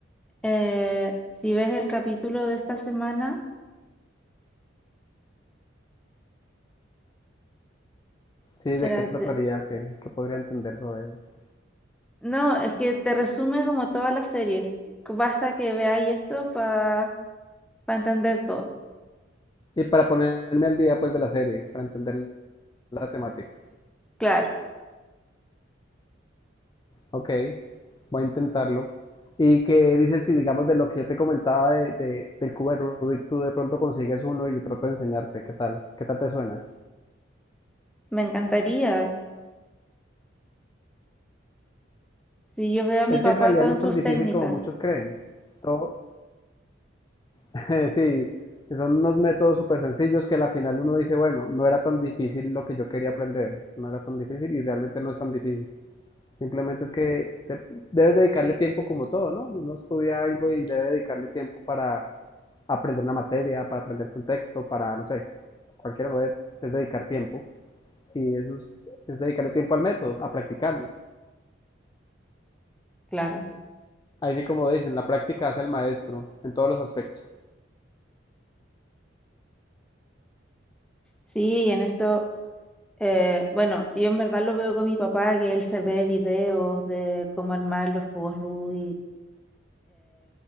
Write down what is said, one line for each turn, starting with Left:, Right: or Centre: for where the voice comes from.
Centre: eh, si ves el capítulo de esta semana,
Left: sí,
Centre: espérate,
Left: de qué trataría, qué, qué podría entender sobre eso.
Centre: no, es que te resume como toda la serie. co- Basta que veáis eso para entender todo.
Left: Y para ponerme al día, pues, de la serie, para entender la temática.
Centre: Claro,
Left: Ok, voy a intentarlo. Y que dice, si digamos de lo que yo te comentaba de, de- del cubo de Rubik, tú de pronto consigues uno y yo trato de enseñarte, ¿qué tal? ¿Qué tal te suena?
Centre: me encantaría. Si yo veo a mi
Left: Es
Centre: papá
Left: que en realidad
Centre: con
Left: no es
Centre: sus
Left: tan difícil
Centre: técnicas,
Left: como muchos creen. Todo, <laughs> sí, son unos métodos súper sencillos que a la final uno dice, bueno, no era tan difícil lo que yo quería aprender, no era tan difícil y realmente no es tan difícil. Simplemente es que te- debes dedicarle tiempo como todo, ¿no? Uno estudia algo y debe dedicarle tiempo para aprender una materia, para aprenderse un texto, para, no sé, cualquiera lo es, es dedicar tiempo y eso es, es dedicarle tiempo al método, a practicarlo.
Centre: claro.
Left: Ahí sí como dicen, la práctica hace al maestro en todos los aspectos.
Centre: Sí, y en esto, eh, bueno, yo en verdad lo veo con mi papá, que él se ve videos de cómo armar los cubos Rubik.